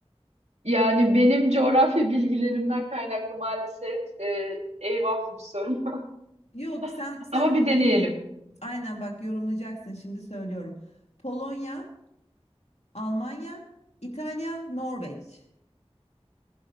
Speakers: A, on the right; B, on the left.
A: Yani benim coğrafya bilgilerimden kaynaklı maalesef e, eyvahlı bir sorun.
B: Yok sen
A: <laughs>
B: sen
A: Ama bir
B: bunu
A: deneyelim.
B: yor- aynen bak yorumlayacaksın şimdi söylüyorum. Polonya, Almanya, İtalya, Norveç.